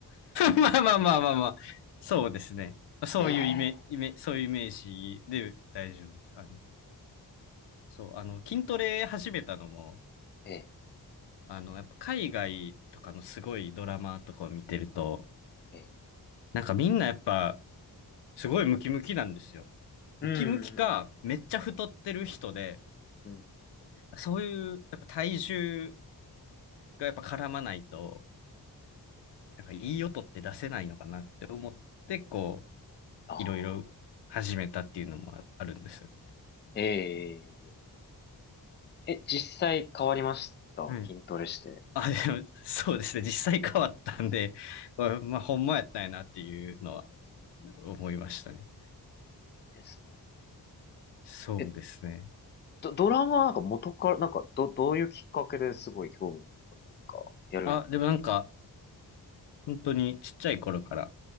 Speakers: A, on the left (about 90°); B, on the left (about 30°).
A: まあまあまあまあまあ、そうですね。そういうイメ、
B: ええ。
A: イメ、そういうイメージで大丈夫です。あの、そう、あの、筋トレ始めたのも、
B: ええ。
A: あの、やっぱ海外とかのすごいドラマとかを見てると、
B: ええ
A: なんかみんなやっぱすごいムキムキなんですよ。
B: うん。
A: ムキムキか、めっちゃ太ってる人で、
B: うん。
A: そういうやっぱ体重がやっぱ絡まないと、なんかいい音って出せないのかなって思って、こう、
B: ああ、
A: いろいろ始めたっていうのもああるんです。
B: えええ、実際変わりました筋トレして。
A: はい。あ、でも、そうですね。実際変わったんで、まあ、まあほんまやったんやなっていうのは
B: うん
A: 思いましたね。
B: ですね。
A: そうですね。
B: え、ド、ドラマはなんか元から、なんかど、どういうきっかけですごい興味を持ったっていうか、やるようになったんですか
A: あ、でもなんか、本当にちっちゃい頃から、